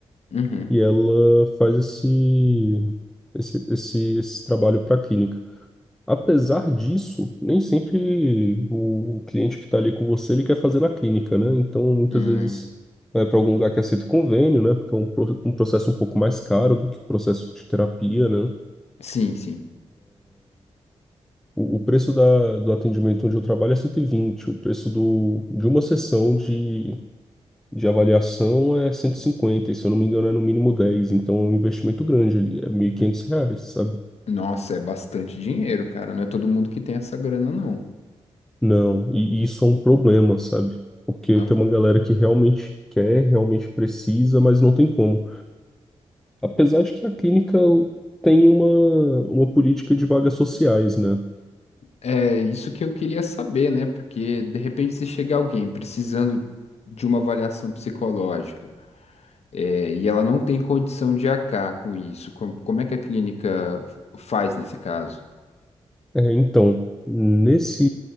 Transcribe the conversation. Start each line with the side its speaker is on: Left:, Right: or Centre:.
Left: Uhum.
Centre: e ela faz esse, esse, esse, esse trabalho para a clínica. Apesar disso, nem sempre o, o cliente que está ali com você, ele quer fazer na clínica, né? Então, muitas
Left: Hum.
Centre: vezes vai para algum lugar que aceita convênio, né? Porque é um, pro- um processo um pouco mais caro do que o processo de terapia, né?
Left: Sim, sim.
Centre: O, o preço da, do atendimento onde eu trabalho é cento e vinte o preço do, de uma sessão de de avaliação é cento e cinquenta e se eu não me engano é no mínimo dez então é um investimento grande ali, é 1.500 reais, sabe?
Left: Nossa, é bastante dinheiro, cara. Não é todo mundo que tem essa grana, não.
Centre: Não, e e isso é um problema, sabe? Porque
Left: Aham.
Centre: tem uma galera que realmente quer, realmente precisa, mas não tem como. Apesar de que a clínica tem uma, uma política de vagas sociais, né?
Left: É isso que eu queria saber, né? Porque, de repente, se chega alguém precisando de uma avaliação psicológica, é, e ela não tem condição de arcar com isso, com- como é que a clínica f- faz nesse caso?
Centre: É, então, nesse,